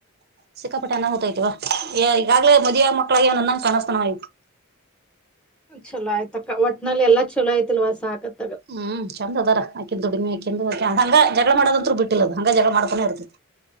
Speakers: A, on the right; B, in the centre.
A: ಸಿಕ್ಕಾಪಟ್ಟೆನ ಹೂತೈತಿವ ಈಗಾಗಲೇ ಮದುವಿಯಾಗ ಮಕ್ಳಾಗಿ ವನಂದಂಗ ಕಾಣಸ್ಕನ ಆ
B: ಚಲ ಆಯತ ಅಕ್ಕ ಒಟ್ನಲ್ಲಿ ಎಲ್ಲ ಚಲೋ ಆಯತಿಲ್ವಸ ಹಕತ್
A: ಹ್ಮ್ ಚಂದ ಅದಾರಾಕಂದು ದುಡಿಮಿ ಆಕಿಂದು ಹಂಗ ಜಗಳ ಮಾಡೋದಂರು ಬಿಟ್ಟಿಲ್ಲ ಅದ ಹಂಗ ಜಗಳ ಮಾಡ್ಕೊ ಇರ್ತದೆ